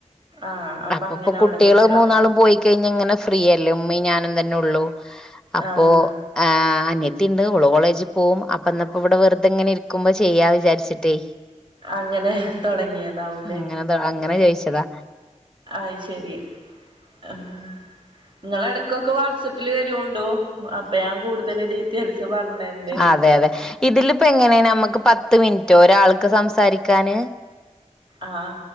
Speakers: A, on the right; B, in the centre.
A: ആഹ് അപ്പൊ
B: അപ്പൊപ്പോ
A: അങ്ങനെ അവിടെ
B: കുട്ടികള്
A: നിക്കാവും
B: മൂന്നാളും പോയി കഴിഞ്ഞ് ഇങ്ങനെ ഫ്രീയല്ലേ ഉമ്മീം ഞാനും തെന്നെ ഒള്ളൂ അപ്പോ
A: ആഹ്
B: ആ അന്യത്തിയിണ്ട് ഓൾ കോളേജിൽ പോകും അപ്പന്നപ്പോ ഇവിടെ വെറുതെ ഇങ്ങനെ ഇരിക്കുമ്പോ ചെയ്യാ വിചാരിട്ടേ
A: അങ്ങനെ തൊടങ്ങിയതാവുംലെ.
B: അങ്ങനെ അങ്ങനെ ചോദിച്ചതാ
A: ആയി ശെരി അ നിങ്ങളെട ക്കൊക്കെ വാട്സപ്പില് വെരോണ്ടോ അപ്പൊ ഞാൻ കൂടുതൽ ഡീറ്റെയിൽസ് പറഞ്ഞരണ്ട്.
B: അതെ അതെ ഇതിലിപ്പോ എങ്ങനെയാ നമ്മുക്ക് പത്ത് മിനിറ്റോ ഒരാൾക്ക് സംസാരിക്കാന്
A: ആഹ്